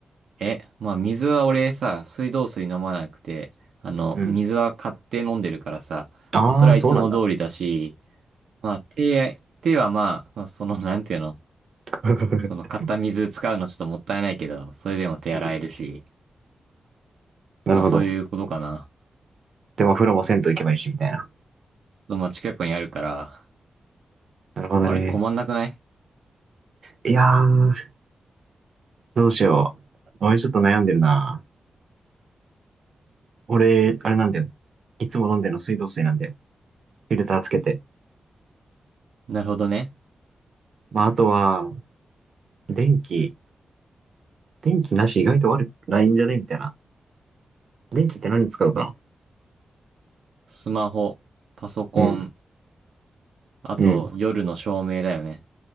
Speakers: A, on the right; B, on the right.
A: え、まあ水は俺さ、水道水飲まなくて、あの、
B: うん。
A: 水は買って飲んでるからさ、
B: ああ、
A: まあそれはいつも通りだし、
B: そうなんだ。
A: まあ手、手はまあ、まあその、なんていうの、
B: <laughs>
A: その買った水使うのちょっともったいないけど、それでも手洗えるし、
B: うん。なるほど。
A: まあそういうことかな。
B: でもお風呂も銭湯行けばいいし、みたいな。
A: まあ近くにあるから、
B: なるほどね。
A: あれ困んなくない
B: いやー、どうしよう。俺ちょっと悩んでるな。俺、あれなんだよ。いつも飲んでるの水道水なんだよ。フィルターつけて。
A: なるほどね。
B: まあ、あとは、電気。電気なし意外と悪くないんじゃねみたいな。電気って何に使うかな
A: のスマホ、パソコン、
B: うん。
A: あと夜の照明だよね。
B: うん。